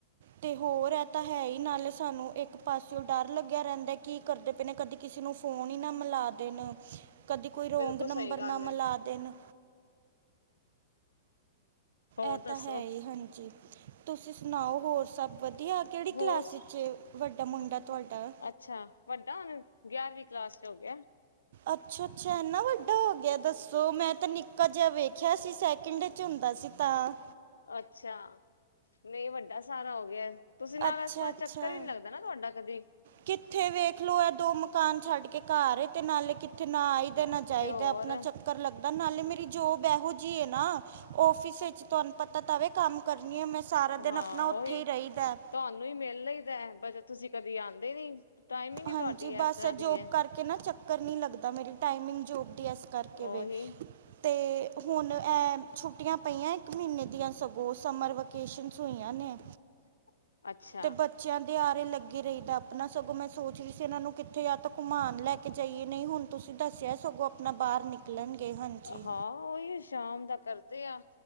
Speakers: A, on the right (about 55°); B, on the left (about 80°).
A: ਤੇ ਹੋਰ ਹੈ ਤਾਂ ਹੈ ਹੀ ਨਾਲ, ਸਾਨੂੰ ਇੱਕ ਪਾਸਿਓ ਡਰ ਲੱਗਿਆ ਰਹਿੰਦਾ, ਕੀ ਕਰਦੇ ਪਏ ਨੇ ਕਦੇ ਕਿਸੇ ਨੂੰ ਫੋਨ ਹੀ ਨਾ ਮਿਲਾ ਦੇਣ, ਕਦੇ -ਕੋਈ ਰੋਂਗ
B: ਬਿਲਕੁਲ ਸਹੀ
A: ਨੰਬਰ
B: ਗੱਲ
A: ਨਾ ਮਿਲਾ
B: ਏ
A: ਦੇਣ।
B: ਹੋਰ
A: ਇਹ
B: ਦੱਸੋ
A: ਤਾਂ ਹੈ ਹੀ ਹਾਂਜੀ, ਤੁਸੀਂ ਸੁਣਾਓ? ਹੋਰ ਸਭ ਵਧੀਆ ਕਿਹੜੀ
B: ਹੋਰ
A: ਕਲਾਸ 'ਚ? ਵੱਡਾ ਮੁੰਡਾ ਤੁਹਾਡਾ।
B: ਅੱਛਾ, ਵੱਡਾ ਗਿਆਰਵੀਂ ਕਲਾਸ ਚ ਹੋ ਗਿਆ।
A: ਅੱਛਾ- ਅੱਛਾ ਇਨਾ ਵੱਡਾ ਹੋਗਿਆ ਦੱਸੋ, ਮੈਂ ਤੇ ਨਿੱਕਾ ਜਿਹਾ ਵੇਖਿਆ ਸੀ ਸ ਕਿੰਡੇ ਚ ਹੁੰਦਾ ਸੀ ਤਾਂ?
B: ਅੱਛਾ, ਨਹੀਂ ਵੱਡਾ ਸਾਰਾ ਹੋਗਿਆ। ਤੁਸੀਂ ਨਾਲ
A: ਅੱਛਾ
B: ਇਸ ਪਾਸ
A: ਅੱਛਾ
B: ਚੱਕਰ ਵੀ ਨੀ ਲੱਗਦਾ ਨਾ ਤੁਹਾਡਾ ਕਦੇ।
A: ਕਿੱਥੇ? ਵੇਖਲੋ, ਹੈ ਦੋ ਮਕਾਨ ਛੱਡ ਕੇ ਘਰ। ਅਤੇ ਨਾਲੇ ਕਿੱਥੇ ਨਾ ਆਈਦਾ, ਨਾ ਜਾਈਦਾ,
B: ਤੇ ਹੋਰ
A: ਆਪਣਾ ਚੱਕਰ ਲੱਗਦਾ, ਨਾਲੇ ਮੇਰੀ ਜੋਬ ਇਹੋ ਜਿਹੀ ਹੈ ਨਾ। ਓਫਿਸ ਵਿੱਚ ਤੁਹਾਨੂੰ ਪਤਾ ਤਵੇ ਕੰਮ ਕਰਨੀ ਹੈ, ਮੈਂ ਸਾਰਾ ਦਿਨ
B: ਹਾਂ
A: ਆਪਣਾ ਉੱਥੇ
B: ਉਹੀ
A: ਹੀ ਰਹੀਦਾ।
B: ਤੁਹਾਨੂੰ ਹੀ ਮਿਲ ਲਈਦਾ, ਪਰ ਤੁਸੀਂ ਕਦੀ ਆਉਂਦੇ ਨੀ। ਟਾਈਮਿੰਗ ਹੀ
A: ਹਾਂਜੀ,
B: ਤੁਹਾਡੀ
A: ਬਸ
B: ਇਸ ਤਰ੍ਹਾਂ ਦੀ
A: ਜੋਬ
B: ਹੈ
A: ਕਰਕੇ ਨਾ ਚੱਕਰ ਨਹੀਂ ਲੱਗਦਾ, ਮੇਰੀ ਟਾਈਮਿੰਗ ਜੋਬ ਦੀ ਇਸ ਕਰਕੇ।
B: ਓਹੀ।
A: ਵੇ ਤੇ ਹੁਣ ਐ ਛੁੱਟੀਆਂ ਪਈਆਂ, ਇੱਕ ਮਹੀਨੇ ਦੀਆਂ ਸਗੋਂ, ਸਮਰ ਵੈਕੇਸ਼ਨਸ ਹੋਈਆਂ ਨੇ।
B: <inaudible> ਅੱਛਾ
A: ਤੇ ਬੱਚਿਆਂ ਦੇ ਆਰੇ ਲੱਗੀ ਰਹੀ ਦਾ, ਆਪਣਾ ਸਗੋਂ ਮੈਂ ਸੋਚ ਰਹੀ ਸੀ ਇਹਨਾਂ ਨੂੰ ਕਿੱਥੇ ਜਾਂ ਤਾਂ ਘੁਮਾਣ ਲੈ ਕੇ ਜਾਈਏ, ਨਹੀਂ ਹੁਣ ਤੁਸੀਂ ਦੱਸਿਆ, ਸਗੋਂ ਆਪਣਾ ਬਾਹਰ ਨਿਕਲ ਣਗੇ, ਹਾਂਜੀ।
B: ਹਾਂ ਉਹੀ ਸ਼ਾਮ ਦਾ ਕਰਦੇ ਆ।